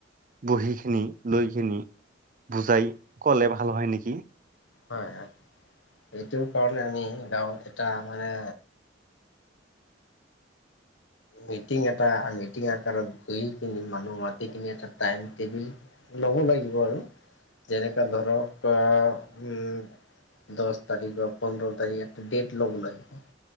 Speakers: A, on the right; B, on the left.
A: বহি কিনি লৈকিনি বুজাই ক'লে ভাল হয় নেকি?
B: হয়, হয়। এইটো কাৰণে আমি গাঁৱত এটা মানে মিটিং এটা মিটিং আকাৰত তই মানুহ মাতি কিনি এটা টাইম টেবুল লব লাগিব আৰু, যেনেকা ধৰক অ' উম দহ তাৰিখ বা পোন্ধৰ তাৰিখ এটা ডেট ল'ব লাগিব।